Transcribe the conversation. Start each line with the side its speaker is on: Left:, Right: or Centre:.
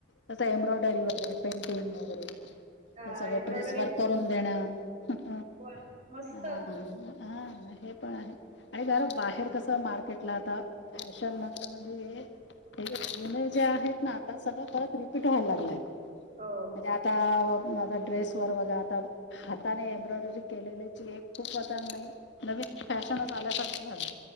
Left: तसं
Right: हा
Left: एम्ब्रॉयडरी वगैरे पेंटिंग वगैरे
Right: हा
Left: हे सगळ
Right: एम्ब्रॉयडरी
Left: ड्रेस व करून देणं. हम ह.
Right: वा मस्त
Left: हा हे पण आहे आणि जर बाहेर कसं मार्केटला आता. अशन म्हटलं म्हणजे हे जुन जे आहेत ना आता सगळं परत रिपीट व्हायला लागलंय.
Right: हो
Left: म्हणजे आता माझ ड्रेस वर बघा आता. हाताने एम्ब्रॉयडरी केलेल्याची एक खूप पजन नाही नवीन फॅशनच आल्यासारखं झालं.